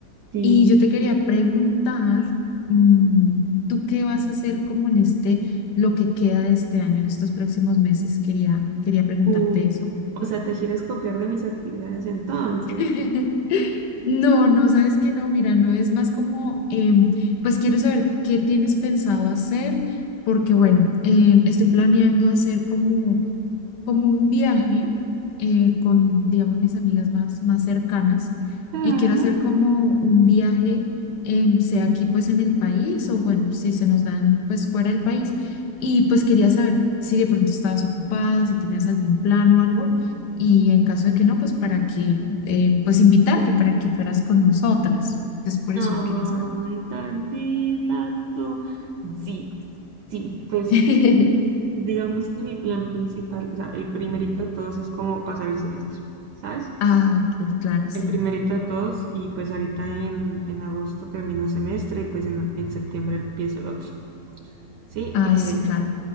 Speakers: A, on the right; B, on the left.
A: Sí,
B: Y yo te quería preguntar, mm, ¿tú qué vas a hacer como en este, lo que queda de este año, en estos próximos meses? Quería, quería preguntarte
A: uh,
B: eso.
A: o sea, ¿te quieres copiar de mis actividades entonces?
B: <laughs> No, no, sabes que no, mira, no es más como, em, pues quiero saber qué tienes pensado hacer, porque bueno, em, estoy planeando hacer como como un viaje eh, con, digamos, mis amigas más, más cercanas
A: Ah,
B: y quiero hacer como un viaje, em, sea aquí pues en el país o bueno, si se nos dan pues fuera del país y pues quería saber si de pronto estabas ocupada, si tenías algún plan o algo y en caso de que no, pues para que, eh, pues invitarte para que fueras con nosotras. Entonces por eso
A: Ay,
B: quería saber.
A: tan linda tú. Sí, sí, pues
B: <laughs>
A: eh, digamos que mi plan principal, o sea, el primerito de todos es como pasar el semestre, ¿sabes?
B: Ah, ok, claro, sí.
A: El primerito de todos y pues ahorita en, en agosto termino semestre y pues en, en septiembre empiezo el otro. Sí,
B: Ay,
A: eh,
B: sí, claro.